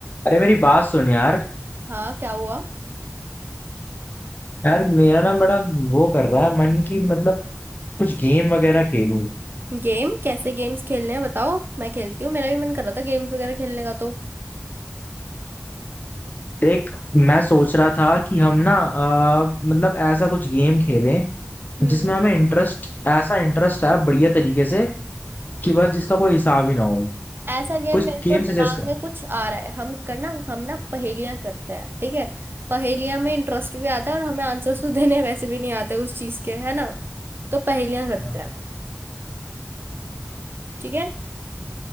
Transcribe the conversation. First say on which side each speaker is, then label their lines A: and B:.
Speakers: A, on the left; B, on the right.
A: अरे मेरी बात सुन यार
B: हाँ क्या हुआ
A: यार मेरा ना बड़ा वो कर रहा है मन की मतलब कुछ गेम वगैरह खेलूं
B: गेम कैसे गेम्स खेलने हैं बताओ मैं खेलती हूँ मेरा भी मन कर रहा था गेम्स वगैरह खेलने का तो
A: देख मैं सोच रहा था कि हम ना अ, मतलब ऐसा कुछ गेम खेलें
B: हम्म
A: जिसमें हमें इंटरेस्ट ऐसा इंटरेस्ट है बढ़िया तरीके से कि बस जिसका कोई हिसाब ही ना हो
B: ऐसा गेम
A: कुछ
B: मेरे को
A: गेम
B: दिमाग
A: सजेस्ट कर
B: में कुछ आ रहा है हम करना हम ना पहेलियां करते हैं ठीक है पहेलियां में इंटरेस्ट भी आता है और हमें आंसर्स तो <laughs> देने वैसे भी नहीं आते उस चीज के है ना तो पहेलियां करते
A: हाँ।
B: हैं ठीक है